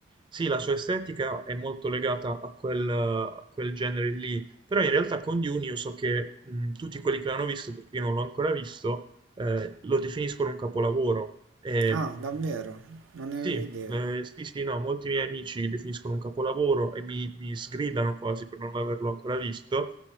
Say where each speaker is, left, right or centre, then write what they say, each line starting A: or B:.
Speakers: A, on the right (about 25°); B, on the right (about 80°).
A: Sì, la sua estetica è molto legata a quel, a quel genere lì, però in realtà con Dune io so che mh, tutti quelli che l'hanno visto, perché io non l'ho ancora visto, eh, lo definiscono un capolavoro. E,
B: Ah,
A: mh,
B: davvero? Non ne
A: sì,
B: avevo idea.
A: eh, sì, sì, no, molti miei amici lo definiscono un capolavoro e mi, mi sgridano quasi per non averlo ancora visto.